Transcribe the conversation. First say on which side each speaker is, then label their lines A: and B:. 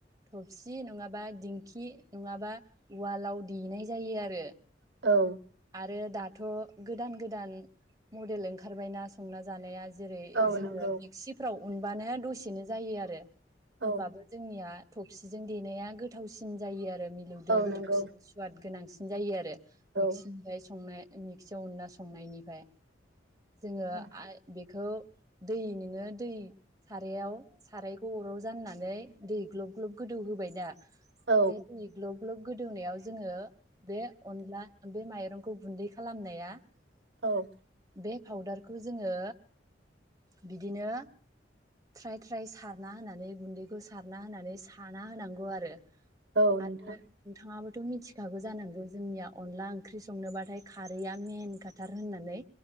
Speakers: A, on the right (about 20°); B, on the right (about 70°).
A: थबसि नङाबा दिंखि नङाबा उवालाव देनाय जायो आरो
B: औ
A: आरो दाथ' गोदान गोदान मडेल ओंखारबायना संना जानाया जेरै
B: औ
A: जोङो
B: नंगौ
A: मिक्सिफ्राव उनबानो दसेनो जायो आरो
B: औ
A: होमबाबो जोंनिया थफसिजों देनाया गोथावसिन जायो आरो मिलौदो
B: औ
A: गोथावसिन
B: नंगौ
A: सुवाद गोनांसिन जायो आरो
B: औ
A: फ्राय संनाय मेक्सियाव उनना संनायनिफ्राय जोङो
B: औ
A: हाइ बेखौ दै नोङो दै सारायाव सारायखौ अराव जाननानै दै ग्लब ग्लब गोदौ होबाय दा
B: औ
A: बे दै ग्लब ग्लब गोदौनायाव जोङो बे अनला बे माइरंखौ गुनदै <unintelligible> बे
B: औ
A: फाउदारखौ जोङो बि दिनो थ्राइ फ्राय सारना होनानै गुनदैखौ सारना होनानै साना होनांगौ आरो
B: औ नोंथां
A: आरो नोंथाङाबोथ' मिथिखागौ जानांगौ जोंनियाव अनला ओंख्रि संनोबाथाय खारैया मेन खाथार होननानै